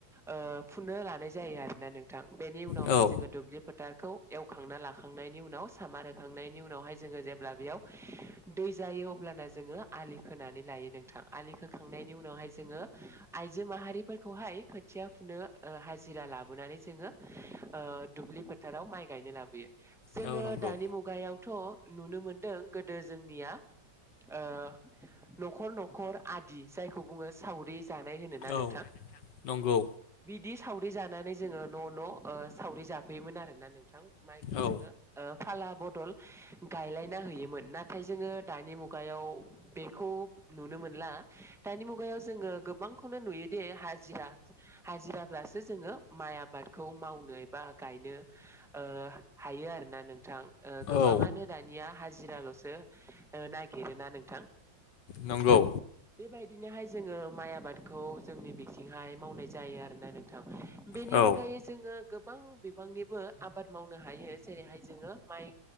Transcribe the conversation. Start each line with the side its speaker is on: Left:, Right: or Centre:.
Centre: ओ फुनो लानाय जायो आरो ना नोंथां। बेनि उनावहाय
Left: औ
Centre: जोङो दुब्लि फोथारखौ एवखांना ला खांनायनि उनाव सामार होखांनायनि उनावहाय जोङो जेब्ला बेयाव दै जायो अब्लाना जोङो आलि खोनानै लायो नोंथां। आलि खोखांनायनि उनावहाय जोङो आइजो माहारिफोरखौहाय खोथिया फुनो ओ हाजिरा लाबोनानै जोङो ओ दुब्लि फोथाराव माइ गायनो लाबोयो। जोङो
Left: नंगौ
Centre: दानि मुगायावथ' नुनो मोनदों गोदो जोंनिया ओ न'खर न'खर आदि जायखौ बुङो सावरि जानाय होनो ना
Left: औ
Centre: नोंथां?
Left: नंगौ
Centre: बिदि साव रि जानानै जोङो न' न' ओ सावरि जाफैयोमोन आरो ना नोंथां। माइखौ जोङो
Left: औ
Centre: ओ फाला बदल गायलायना होयोमोन। नाथाय जोङो दानि मुगायाव बेखौ नुनो मोनला। दानि मुगायाव जोङो गोबांखौनो नुयोदि हाजिरा हाजिराब्लासो जोङो माइ आबादखौ मावनो एबा गायनो ओ हायो आरो ना नोंथां। ओ गोबाङानो
Left: औ
Centre: दानिया हाजिराल'सो ओ नागिरो ना नोंथां?
Left: नंगौ।
Centre: बेबायदिनोहाय जोङो माइ आबादखौ जोंनि बिथिंहाय मावनाय जायो आरो ना नोंथां। बेनि
Left: औ
Centre: अनगायै जोङो गोबां बिबांनिबो आबाद मावनो हायो। जेरैहाय जोङो माइ